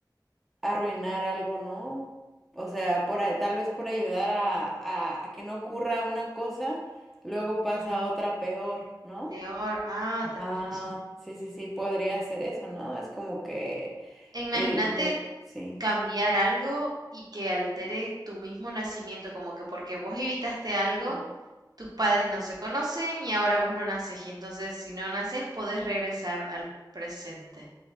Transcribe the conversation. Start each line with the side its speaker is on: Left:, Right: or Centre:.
Centre: arruinar algo, ¿no? O sea, por, a- tal vez por ayudar a, a, a que no ocurra una cosa, luego pasa
Right: Ujú,
Centre: otra peor, ¿no?
Right: Peor. Ah,
Centre: Ajá,
Right: tenés razón.
Centre: sí, sí, sí, podría ser eso, ¿no? Es como que
Right: Imagínate
Centre: l- lo, sí.
Right: cambiar algo y que altere tu mismo nacimiento, como que porque vos evitaste algo,
Centre: Sí.
Right: tus padres no se conocen y ahora vos no naces. Y entonces, si no naces, podés regresar al presente.